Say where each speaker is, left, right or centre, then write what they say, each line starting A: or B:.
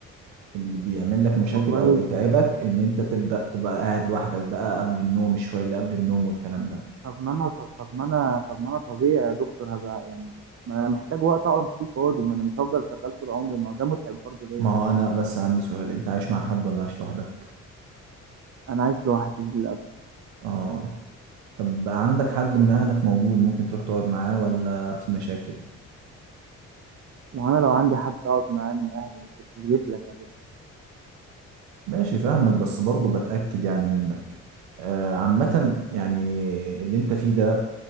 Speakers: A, on the right (about 85°); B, on the right (about 45°).
A: اللي بيعمل لك مشاكل
B: والله
A: او بيتعبك ان انت تبدا تبقى قاعد لوحدك بقى قبل النوم الشويه اللي قبل النوم والكلام ده
B: طب ما انا طب ما انا طب ما انا طبيعي يا دكتور هبقى يعني ما انا محتاج وقت اقعد فيه فاضي ما انا مش هفضل شغال طول عمري ما هو ده متعب برضه ليه
A: ما هو انا بس عندي سؤال انت عايش مع حد ولا عايش لوحدك
B: انا عايش لوحدي للاسف
A: اه طب عندك حد من اهلك موجود ممكن تروح تقعد معاه ولا في مشاكل
B: ما هو انا لو عندي حد اقعد معاه من اهلي ما كنتش جيت لك يا دكتور
A: ماشي فاهمك بس برضه بتأكد يعني منك آه عامة يعني اللي انت فيه ده